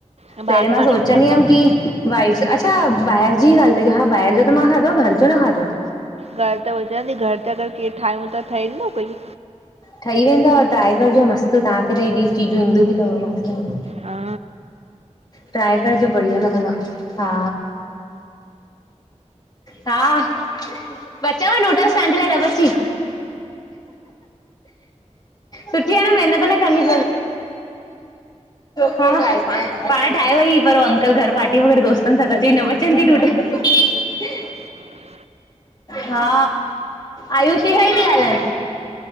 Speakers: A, on the right; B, on the left.
A: ॿाहिरि
B: पहिरियों
A: त
B: मां
A: माने
B: सोचंदी
A: बि खाधो
B: हुयम
A: आ
B: की वाइट्स अच्छा ॿाहिर जी ई ॻाल्ह त कयो हा ॿाहिर जो त मां खाधो आ घर जो न खाधो आ।
A: घर त विजंदी घर ते अगर केर ठाहियूं त ठहेन थो कोई।
B: ठही वेंदव ट्राए कजो मस्त, तव्हांखे त हेॾी चीजूं ईंदियूं बि तव में
A: हा
B: ट्राए करजो बढ़िया लॻंदो हा हा बचयव नुडल्स तां जे लाय न बची? सुठी आ न महिनत न करणी पवंदी पाण ठाहे वई पर अंकल घर पार्टी पयो करें दोस्तन सां त चई न बचनदी नूडल्स। त
A: <inaudible>
B: <inaudible> हा आयुषी सां ती ॻालांय